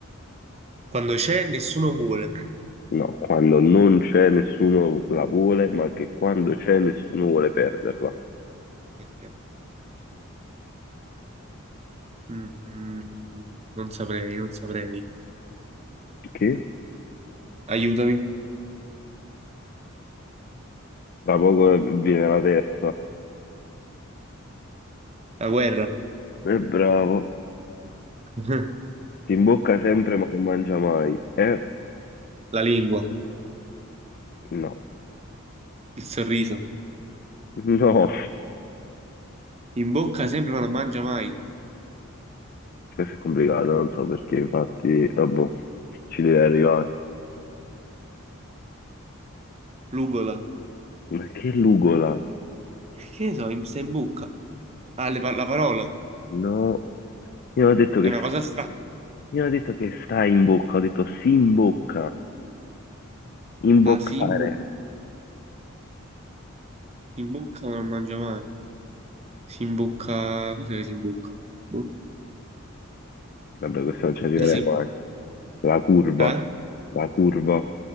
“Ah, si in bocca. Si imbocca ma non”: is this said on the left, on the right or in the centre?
Right